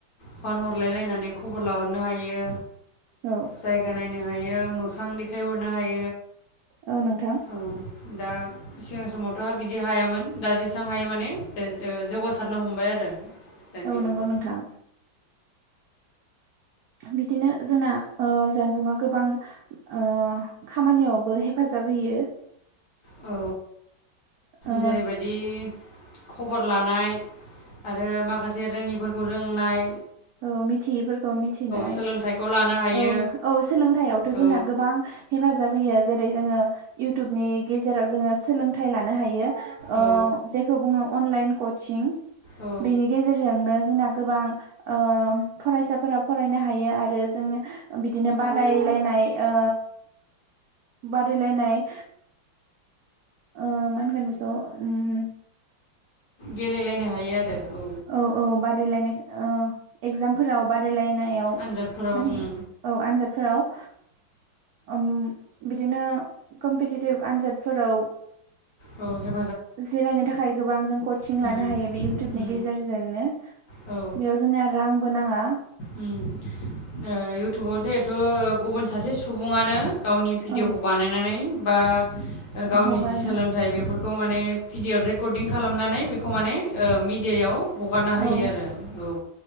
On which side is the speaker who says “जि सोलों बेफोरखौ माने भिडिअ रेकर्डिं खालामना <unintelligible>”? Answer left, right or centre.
Left